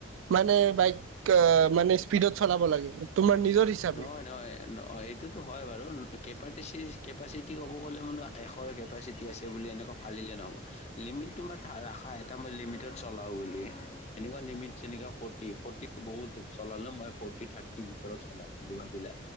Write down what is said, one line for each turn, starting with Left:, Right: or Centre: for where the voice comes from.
Right: মানে বাইক অ' মানে স্পীডত চলাব লাগে। তোমাৰ নিজৰ হিচাপে
Left: নহয় - নহয় - ন- এইটোতো হয় বাৰু। কেপাটিচি- কেপাচিটি ক'ব গ'লে মানো এশৰ কেপাচিটি আছে বুলি এনেকুৱা ফালিলে নহ'ব। লি তোমাৰ থা- ৰাখা এটা মই লিমিটত চলাও বুলি। এনেকুৱা লিমিট যেনেকা ফৰ্টি। ফৰ্টি বহুত টো চলালো মই ফৰ্টি- থাৰ্টিৰ ভিতৰত চলাও বুলি ভাবিলে।